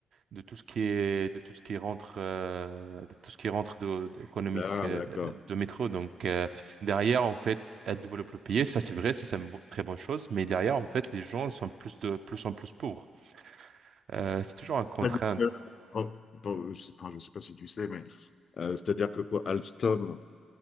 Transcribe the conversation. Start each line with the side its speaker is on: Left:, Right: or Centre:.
Right: de tout ce qui est, de tout ce qui rentre, euh, de tout ce qui rentre de, de- économique
Left: Là,
Right: euh,
Left: d'accord.
Right: de métro. Donc euh, derrière, en fait, elle développe le pays. Ça, c'est vrai, ça, c'est une bo- très bonne chose. Mais derrière, en fait, les gens sont plus de plus en plus pauvres. Euh, c'est toujours un contrainte.
Left: C'est-à-dire que- bon, bon, je sais pas, je sais pas si tu sais, mais euh, c'est-à-dire que quoi, Alstom.